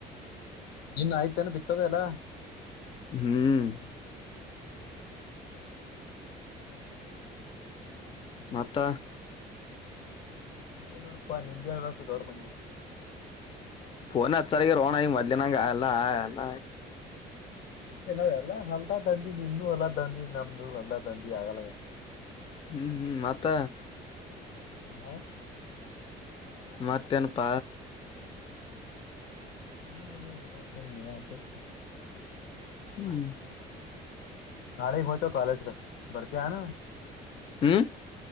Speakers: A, on the left; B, on the left.
A: ನಿನ್ನೆ ಆಯ್ತನ ಬಿತ್ತದೆ ಅಲ್ಲ
B: ಹ್ಮ್ ಮತ್ತ
A: ನೀನ್ ನೋಡಪ್ಪಾ ನಿಂದ ಹೇಳ್ಬೇಕಕು ದೊಡ್ಡ ಮಂದಿ
B: ಫೋನ್ ಅಚ್ಚಲಾಗ್ಯಾರೋ ಮದಲ ನಂಗ ಅಲ್ಲ ಅಲ್ಲ
A: ಏನಾಗ ಎಲ್ಲ ಹೊಲ್ದ ದಂದಿ ನಿಮ್ದ ಹೊಲ್ಲ ದಂದಿ ನಮ್ದು ಹೊಲ್ದ ದಂದಿ ಆಗಲ್ಲತ್ತ
B: ಹ್ಮ್ ಹ್ಮ್ ಮತ್
A: ಹಾ
B: ಮತೆನಪ್ಪ
A: ಮನ್ ಇಲ್ಲೋಡಿ ಮಾತು
B: ಒನ್
A: ನಾಳೆ ಹಯ್ತ ಕಾಲಜ ಬರ್ತ ಆಾನ
B: ಹ್ಮ್